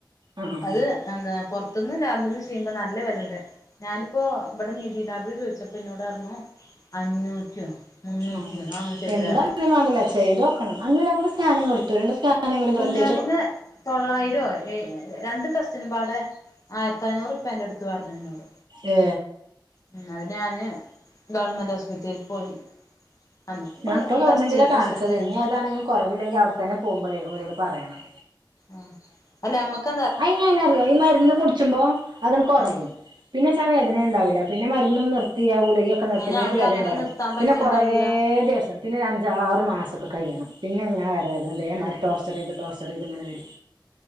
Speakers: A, on the right; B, on the left.
A: ആ
B: അത്, എന്താ, പൊറത്ന്ന്, ലാമ്പിൽന്ന്, ചെയ്യുമ്പോ, നല്ല, വിലണ്ട്, ഞാൻ ഇപ്പൊ, ബെടെ, നീതി ലാബിൽ, ചോദിച്ചപ്പോ, ന്നോട്, റന്നു അഞ്ഞൂറ്റിയോ മുന്നൂറ്റിയോ
A: ഉം,
B: നാന്നൂറ്റി എത്രയോ
A: എന്താണും,
B: പറഞ്ഞു
A: വേണ്ടല്ല, ചെയ്തോക്കണം, അന്ന്, രണ്ട്, സ്കാനി, കൊടുത്തു, രണ്ട്, സ്കാനിലും, പ്രത്യേക
B: കാനിങ്, തൊള്ളായിരോ, രണ്ട്, ടെസ്റ്റിനുംപാടെ, ആയിരത്തിഞ്ഞൂറ് പ്പേന്റട്ത്ത്, പരഞ്ഞ് ന്നോട്
A: ഏ
B: ഉം, അത്, ഞാന്, ഗവണ്മെന്റ്, ഹോസ്പിറ്റലിൽ, പോയി. നമ്മുക്കിപ്പോ
A: ഞാൻ, ഇപ്പോ, ഗവൺമെന്റി,
B: ടെസ്റ്റ്
A: ല കാണിച്ചത്,
B: റിസൾട്ടന്നെപ്പോ
A: ഇനിഏതാണെങ്കിലും, കുറവില്ലെങ്കിൽ, അവിടെ, തന്നെ, പോകുമ്പോളേ, രോട്, പറയണം.
B: ആഹ്, അല്ല, അമ്മക്ക
A: അയ്ങ്ങനെ അറിയോ ഈ മരുന്ന് കുടിച്ചുമ്പോ അതങ്ങ് കൊറയും
B: ഉം
A: പിന്നെ ച്ചാ വേദനെണ്ടാവില്ല പിന്നെ മരുന്ന് ന്നും നിർത്തി ആ ഗുളികക്കെ നിർത്തി
B: അയിന്
A: പിന്നെച്ച്
B: അനക്ക്
A: വേദന
B: അങ്ങനെ
A: ഇണ്ടാവൂല
B: നിർത്താൻ
A: പിന്നെ
B: പറ്റണ്ടാവൂല
A: കൊറയെ ച്ചേസം പിന്നെ ഒരഞ്ചാറ് മാസൊക്കെ, കയ്യണം, പിന്നെങ്ങനെ വെര് വേദന ഇതേ മാതിരി, ടോർച്ചെറെയ്ത്, ടോർച്ചെറെയ്ത് ഇങ്ങനെ വെരും